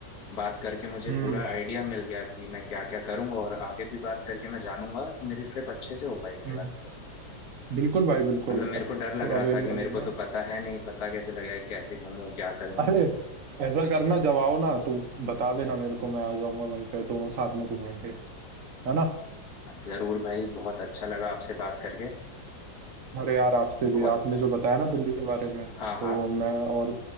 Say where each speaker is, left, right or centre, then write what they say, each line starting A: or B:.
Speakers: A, on the left; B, on the right.
A: बात करके मुझे
B: हम्म
A: पूरा आइडिया मिल गया कि मैं क्या क्या करूंगा और आगे भी बात करके मैं जानूंगा तो मेरी ट्रिप अच्छे से हो पाएगी
B: हम्म
A: वाली तो
B: बिल्कुल भाई बिल्कुल
A: मतलब मेरे को डर लग रहा
B: अवेलेबल
A: था कि मेरे
B: हूँ
A: को
B: मैं
A: तो पता है नहीं पता कैसे लगेगा कैसे घूमूं क्या करूं
B: अरे ऐसा करना जब आओ ना तो बता देना मेरे को मैं आ जाऊंगा वहीं पे दोनों साथ में घूमेंगे है ना
A: जरूर भाई बहुत अच्छा लगा आपसे बात करके
B: अरे यार आपसे भी
A: बहुत
B: आपने जो बताया ना दिल्ली के बारे में तो
A: हाँ हाँ
B: मैं और